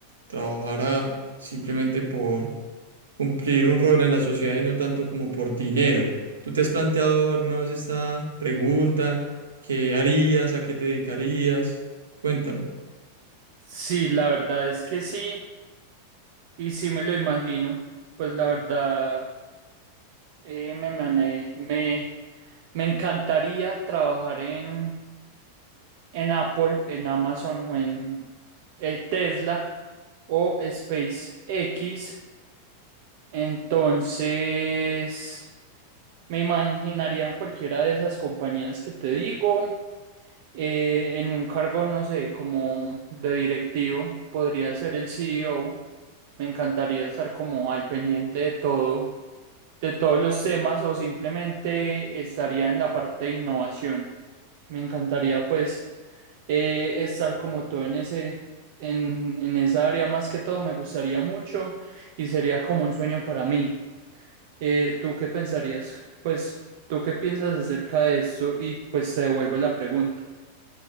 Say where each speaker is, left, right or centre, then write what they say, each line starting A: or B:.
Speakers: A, on the right; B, on the right.
A: trabajara simplemente por cumplir un rol en la sociedad y no tanto como por dinero. ¿Tú te has planteado alguna vez esta pregunta? ¿Qué harías? ¿A qué te dedicarías? Cuéntame.
B: Sí, la verdad es que sí, y sí me lo imagino, pues la verdad eh, me, mane- me, me encantaría trabajar en, en Apple, en Amazon o en eh, Tesla o SpaceX, entonces me imaginaría en cualquiera de esas compañías que te digo, eh, en un cargo, no sé, como de directivo, podría ser el CEO. Me encantaría estar como al pendiente de todo, de todos los temas o simplemente estaría en la parte de innovación. Me encantaría pues eh, estar como todo en ese, en, en esa área más que todo, me gustaría mucho y sería como un sueño para mí. Eh, ¿tú qué pensarías? Pues, ¿tú qué piensas acerca de eso? Y pues te devuelvo la pregunta.